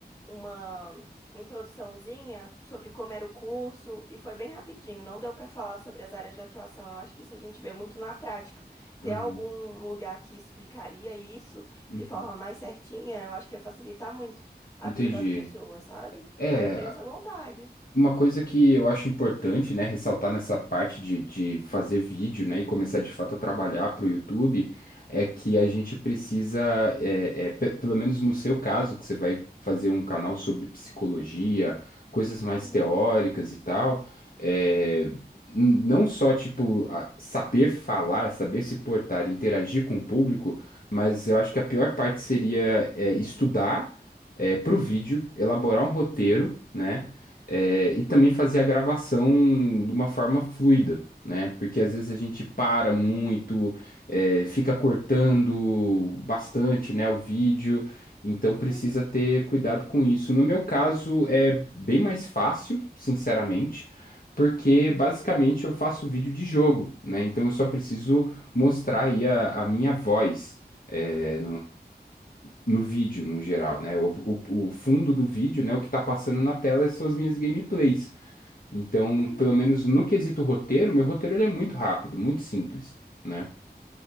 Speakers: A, on the left; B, on the left.
A: uma introduçãozinha sobre como era o curso e foi bem rapidinho, não deu para falar sobre as áreas de atuação. Eu acho que isso a gente vê muito na prática. Ter
B: Uhum,
A: algum lugar que explicaria isso
B: uhum.
A: de forma mais certinha, eu acho que ia facilitar muito a
B: Entendi.
A: vida das pessoas, sabe?
B: É,
A: Aí eu tenho essa vontade.
B: Uma coisa que eu acho importante, né, ressaltar nessa parte de, de fazer vídeo, né, e começar de fato a trabalhar para o YouTube, é que a gente precisa, é, é, pe- pelo menos no seu caso, que você vai fazer um canal sobre psicologia, coisas mais
A: Uhum,
B: teóricas e tal, é, n- não só, tipo, a- saber falar, saber se portar, interagir com o público, mas eu acho que a pior parte seria, é, estudar, é, para o vídeo, elaborar um roteiro, né? É, e também fazer a gravação de uma forma fluida, né? Porque às vezes a gente
A: uhum,
B: para muito, é, fica cortando bastante, né, o vídeo, então precisa
A: uhum.
B: ter cuidado com isso. No meu caso, é bem mais fácil, sinceramente. Porque basicamente eu faço vídeo de jogo, né? Então eu só preciso mostrar aí a, a minha voz, é, no vídeo, no geral, né? O, o, o fundo do vídeo, né? O que tá passando na tela são as minhas gameplays. Então,
A: Uhum.
B: pelo menos no quesito roteiro, meu roteiro ele é muito rápido, muito simples, né?